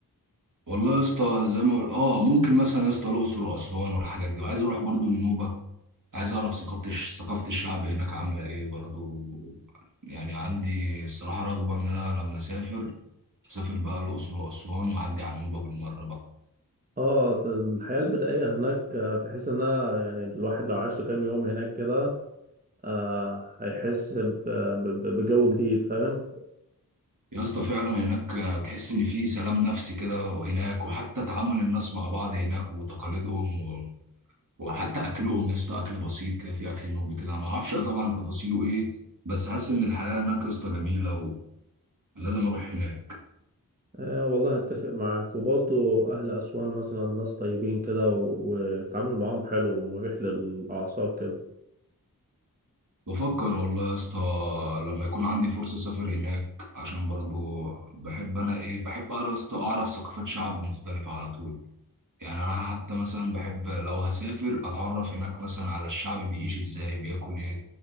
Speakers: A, on the right; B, on the right.
A: والله يا اسطى زي ما قل- اه ممكن مثلا يا اسطى الاقصر واسوان والحاجات دي وعايز اروح برضه النوبه عايز اعرف ثقافه الش- ثقافه الشعب هناك عامله ايه برضه يعني عندي الصراحه رغبه ان انا لما اسافر اسافر بقى الاقصر واسوان واعدي على النوبه بالمره بقى
B: اه الحياة البدائية هناك آه، تحس انها يعني الواحد لو عاش له كام يوم هناك كده آه هيحس ب- ب- ب- بجو جديد فاهم
A: يا اسطى فعلا هناك بتحس ان في سلام نفسي كده وهناك وحتى تعامل الناس مع بعض هناك وتقاليدهم و... وحتى اكلهم يا اسطى اكل بسيط كده في اكل نوبي كده ما اعرفش طبعا تفاصيله ايه بس حاسس ان الحياه هناك يا اسطى جميله ولازم اروح هناك
B: آه والله اتفق معاك وبرضه اهل اسوان مثلا ناس طيبين كده و- والتعامل معاهم حلو ومريح للاعصاب كده
A: بفكر والله يا اسطى لما يكون عندي فرصه اسافر هناك عشان برضو بحب انا ايه بحب اقرا يا اسطى اعرف ثقافات شعب مختلفه على طول يعني انا حتى مثلا بحب لو هسافر اتعرف هناك مثلا على الشعب بيعيش ازاي بياكل ايه